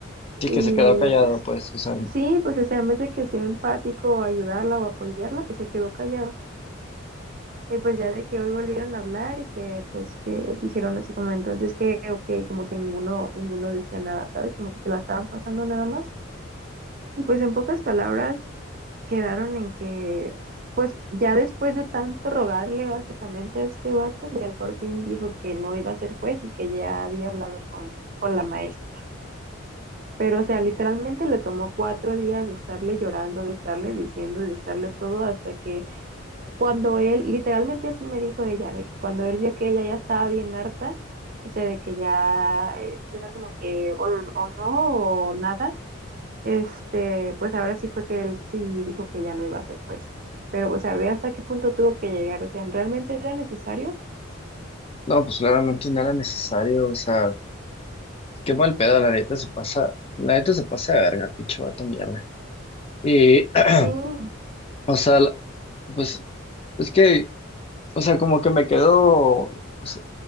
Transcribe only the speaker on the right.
Y
pues
Sí, pues o sea, en vez de que sea empático o ayudarla o apoyarla, que se quedó callado. Y pues ya de que hoy volvieron a hablar y que pues que dijeron así como entonces que ok, como que ninguno, ninguno decía nada, ¿sabes? Como que se la estaban pasando nada más. Y pues en pocas palabras quedaron en que pues ya después de tanto rogarle básicamente a este vato, ya por fin dijo que no iba a ser juez y que ya había hablado con, con la maestra. Pero, o sea, literalmente le tomó cuatro días de estarle llorando, de estarle diciendo y de estarle todo hasta que cuando él, literalmente así me dijo ella, de que cuando él vio que ella ya estaba bien harta, o sea, de que ya eh, era como que o, o no o nada, este, pues ahora sí fue que él sí dijo que ya no iba a ser juez. Pero, o sea, ve hasta qué punto tuvo que llegar, o sea, ¿realmente era necesario?
Sí, no,